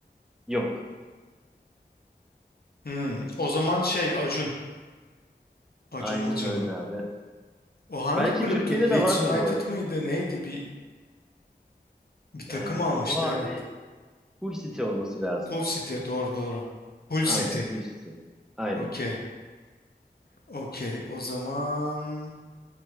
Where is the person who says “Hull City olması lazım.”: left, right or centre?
Centre